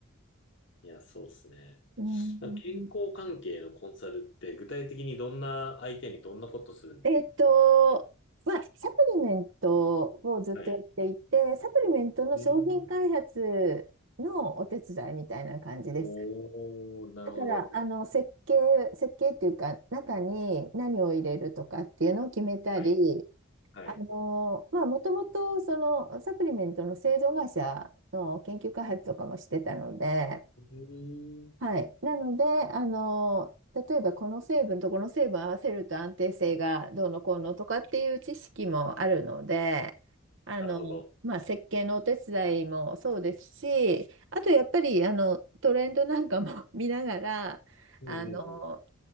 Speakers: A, on the left; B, on the right.
A: いや、そうですね。
B: うん
A: なんか健康関係のコンサルって具体的にどんな相手にどんなことするん
B: えっと、まあ、サプリメントをずっとやっていて、
A: はい。
B: サプリメントの商品開発のお手伝いみたいな感じです。
A: うーん。おー、なるほど。
B: だから、あの、設計、設計っていうか、中に何を入れるとかっていうのを決めたり、
A: はい。はい。
B: あの、まあ、もともと、その、サプリメントの製造会社の研究開発とかもしてたので、
A: うーん。
B: はい。なので、あの、例えばこの成分とこの成分合わせると安定性がどうのこうのとかっていう知識もあるので、あの、
A: なるほど。
B: まあ、設計のお手伝いもそうですし、あとやっぱり、あの、トレンドなんかも <laughs> 見ながら、
A: うんうん
B: あの、